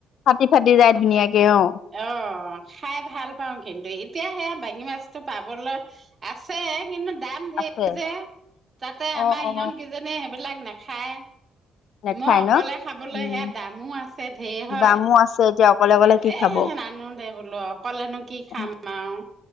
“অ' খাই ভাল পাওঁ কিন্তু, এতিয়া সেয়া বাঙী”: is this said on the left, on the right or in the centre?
Right